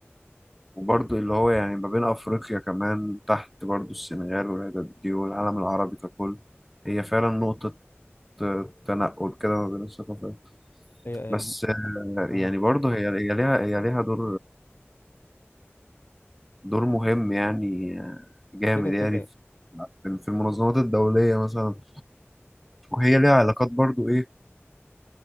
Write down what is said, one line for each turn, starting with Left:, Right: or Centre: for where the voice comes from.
Centre: وبرضو اللي هو يعني ما بين أفريقيا كمان تحت برضو السنغال والعدد دي والعالم العربي ككل هي فعلا نقطة آه، تنقل كده ما بين الثقافات
Left: هي هي-
Centre: بس
Left: اه
Centre: يعني برضه هي هي ليها هي ليها دور دور مهم يعني جامد
Left: كده كده
Centre: يعني في في المنظمات الدولية مثلا وهي ليها علاقات برضه إيه